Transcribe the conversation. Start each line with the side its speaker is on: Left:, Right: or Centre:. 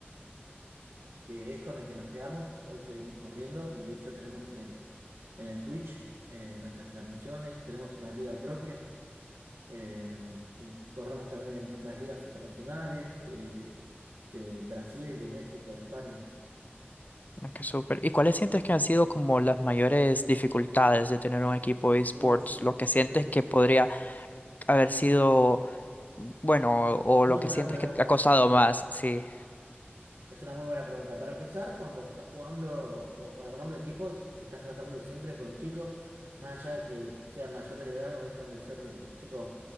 Right: que es con el que nos quedamos. Hoy seguimos corriendo y de hecho tenemos en el, en el Twitch eh, nuestras transmisiones, tenemos una liga propia eh, y corremos también en otras ligas internacionales de, de Brasil, de México, de España.
Left: Ah, Qué súper. ¿Y cuáles sientes que han sido como las
Right: Eh,
Left: mayores dificultades de tener un equipo de esports?
Right: uf,
Left: ¿Lo que sientes
Right: esa
Left: que
Right: es
Left: podría haber sido bueno o
Right: muy
Left: lo que
Right: buena
Left: sientes
Right: pregunta.
Left: que te ha costado más? Sí.
Right: Es una muy buena pregunta. Para empezar, cuando estás jugando o o armando equipos, estás tratando siempre con chicos, más allá de que sean mayores de edad, no dejan de ser eh, chicos